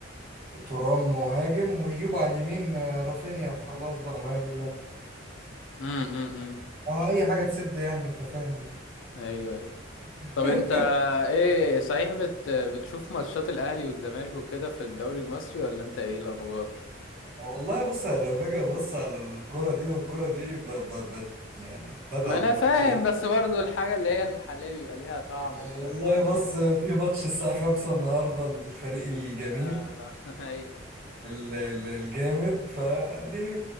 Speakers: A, on the right; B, on the left.
A: ترام مهاجم ويجيبوا على اليمين آه، رافينيا وخلاص بقى ما ال-
B: امم
A: اه اي حاجة تسد يعني انت فاهم
B: ايوه ايوه طب
A: <laughs>
B: انت ايه صحيح بت بتشوف ماتشات الاهلي والزمالك وكده في الدوري المصري ولا انت ايه الاخبار
A: والله بص أنا لما باجي ابص على الكرة دي والكرة دي ب... ب... بت... يعني بتعب
B: ما انا
A: نفسيا
B: فاهم بس برضو الحاجه اللي هي المحليه بيبقى ليها طعم
A: والله
B: كده معين
A: بص في ماتش الساعة خمسة النهاردة الفريق
B: ال
A: الجميل
B: آه... <laughs> ايوه
A: ال- ال- الجامد فاديني